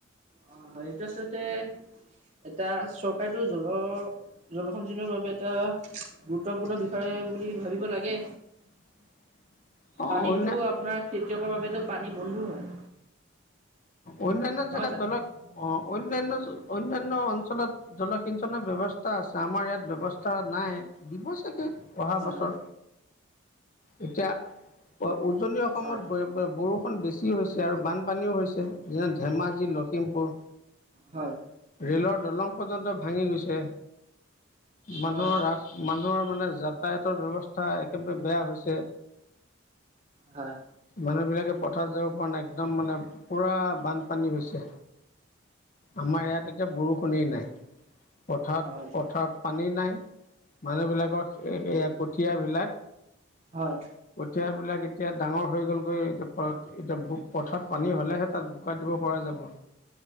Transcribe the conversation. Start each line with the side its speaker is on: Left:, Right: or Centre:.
Right: অ হয় এইটো আচলতে এটা চৰকাৰেতো জল জলসঞ্চনৰ বাবে এটা গুৰুত্বপূৰ্ণ বিষয় বুলি ভাবিব লাগে
Left: <inaudible>
Right: পানীতো
Left: অন্য
Right: আপোনাৰ খেতিয়কৰ বাবেতো পানী বন্ধু হয়
Left: অন্যান্য
Right: নহয়
Left: জেগাত
Right: জানো
Left: ধলক অ' অন্যান্য অন্যান্য অঞ্চলত জলসিঞ্চনৰ ব্যয়ৱস্থা আছে আমাৰ ইয়াত ব্যৱস্থা নাই দিব চাগে অহা
Right: হয়
Left: বছৰ এতিয়া উজনি অসমত
Right: হয়
Left: বৰষুণ বেছি হৈছে আৰু বানপানীও হৈছে যেনে ধেমাজি লখিমপুৰ
Right: হয়
Left: ৰে'লত দলং পৰ্যন্ত ভাঙি গৈছে মানুহৰ
Right: হয়
Left: ৰাস মানুহৰ মানে যাতায়তৰ ব্যৱস্থা একেবাৰে বেয়া হৈছে
Right: হয় হয়
Left: মানুহবিলাকে পথাৰত যাব কাৰণে একদম মানে পূৰা বান পানী হৈছে আমাৰ ইয়াত এতিয়া বৰষুণেইই নাই পথাৰত
Right: হয় হয়
Left: পথাৰত পানী নাই মানুহবিলাকৰ কঠিয়াবিলাক
Right: হয়
Left: কঠিয়াবিলাক। এতিয়া ডাঙৰ হৈ গ'লগৈ এতিয়া এতিয়া পথত পানী হ'লেহে তাত। টকা দিব পৰা যাব